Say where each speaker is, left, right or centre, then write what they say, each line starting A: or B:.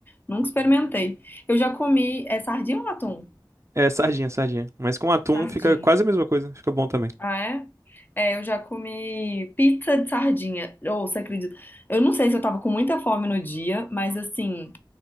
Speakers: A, on the left (about 25°); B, on the right (about 35°).
A: Nunca experimentei. Eu já comi. É sardinha ou atum?
B: É, sardinha, sardinha. Mas com atum
A: Sardinha.
B: fica quase a mesma coisa, fica bom também.
A: Ah, é? É, eu já comi pizza de sardinha. Ou, você acredita? Eu não sei se eu tava com muita fome no dia, mas assim,